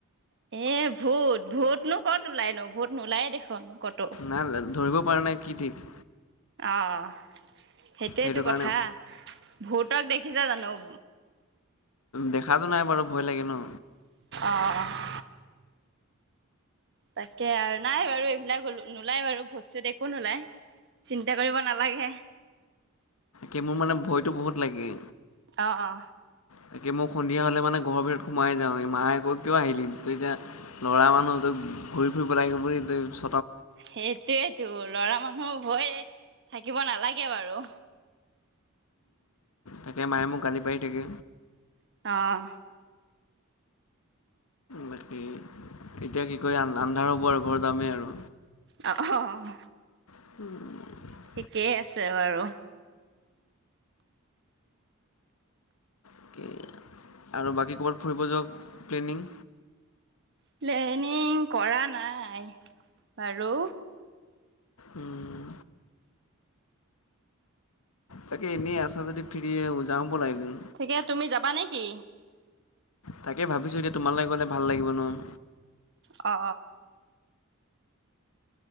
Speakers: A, on the right; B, on the left.
A: এ ভূত, ভূতনো কত ওলাই নো ভূত নোলায় দেখোন কতো।
B: না লা, ধৰিব পৰা নাই কি ঠিক।
A: অঁ সেইটোৱেইটো
B: সেইটো কাৰণে
A: কথা, ভূতক দেখিছে জানো?
B: দেখাতো নাই বাৰু ভয় লাগে ন।
A: অহ তাকে আৰু নাই বাৰু এইবিলাকল নোলাই বাৰু ভুত। পিছত একো নোলাই, চিন্তা কৰিব নালাগে।
B: কি মোৰ মানে ভয়টো বহুত লাগে।
A: অ অ।
B: তাকে মই সন্ধিয়া হ'লে মানে ঘৰৰ ভিতৰত সোমাই যাওঁ এই মায়ে কয় কিয় আহিলিম ত এতিয়া লৰা মানুহ, ত ঘূৰি ফুৰিব লাগিব বুলি তই চ
A: সেইটোয়েতো লৰা মানুহ ভয় থাকিব নালাগে বাৰু
B: তাকে মায়ে মোক গালি পাৰি থাকে
A: অ
B: বাকী এতিয়া কি কয় আন্ধাৰ হ'ব আৰু ঘৰত যামেই আৰু
A: অ অহ
B: উম
A: ঠিকেই আছে বাৰু
B: অকে আৰু বাকী ক'ৰবাত ফুৰিব যোৱা প্লেনিং
A: পিলেনিং কৰা নাই বাৰু
B: উম তাকে এনেই আছা যদি ফিৰি যাও বলা এদিন
A: ঠিকে তুমি যাবা নেকি?
B: তাকে ভাবিছোঁ এতিয়া তোমালে গ'লে ভাল লাগিব নহয়
A: অ